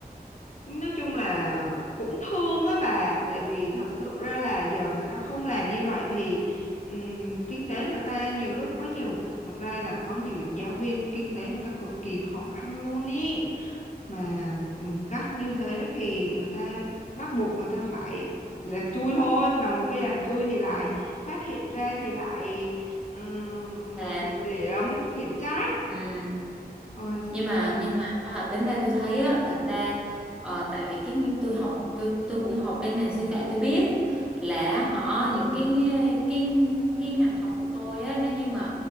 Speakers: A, on the left; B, in the centre.
A: nói chung là cũng thương á bà tại vì thật sự ra là giờ người ta không làm như vậy thì ừm, kinh tế người ta nhiều lúc có nhiều thật ra là có nhiều giáo viên kinh tế người ta cực kỳ khó khăn luôn ý mà ừm, gắt như thế thì người ta bắt buộc người ta phải làm chui thôi mà một khi làm chui thì lại
B: Ừ.
A: phát hiện ra thì lại ừm,
B: phạt
A: kiểm điểm khiển trách
B: ừ.
A: Ôi,
B: nhưng mà nhưng mà à, tính ra tôi thấy á thật ra ờ, tại vì cái tôi học tôi tôi cũng học bên ngành sư phạm tôi biết là họ những cái cái cái ngành học của tôi á nếu như mà